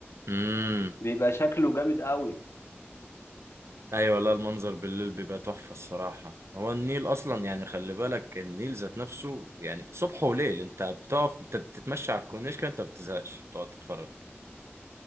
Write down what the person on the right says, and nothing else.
امم
أيوة لا المنظر بالليل بيبقى تحفة الصراحة هو النيل أصلا يعني خلي بالك النيل ذات نفسه يعني صبح وليل أنت بتقف بت- بتتمشى على الكورنيش كده أنت ما بتزهقش بتقعد تتفرج